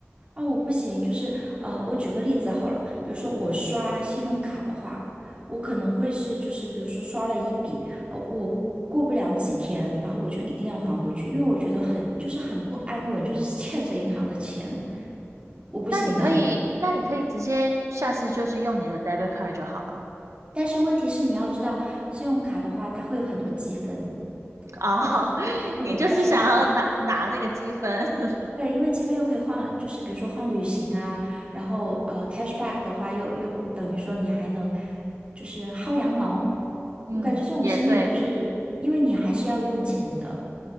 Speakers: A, on the right; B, on the right.
A: 哦，我不行，就是呃，我举个例子好了，比如说我刷信用卡的话，我可能会是就是比如说刷了一笔，呃，我过不了几天，然后我就一定要还回去，因为我觉得很就是很不安稳，就是欠着银行的钱，我不行的。
B: 那你可以，
A: <laughs>
B: 那你可以直接下次就是用你的 debit card 就好了。
A: 但是问题是你要知道，信用卡的话，它会有很多积分，
B: 哦，
A: 或者是说它会有
B: <laughs> 你就是想要拿拿那个积分，
A: cashback。
B: <laughs>
A: 对，因为积分又可以换，就是比如说换旅行啊，然后呃，cashback 的话又又等于说你还能就是薅羊毛。
B: 嗯，
A: 我感觉这种心理就是因为你还是要用钱的，
B: 也对，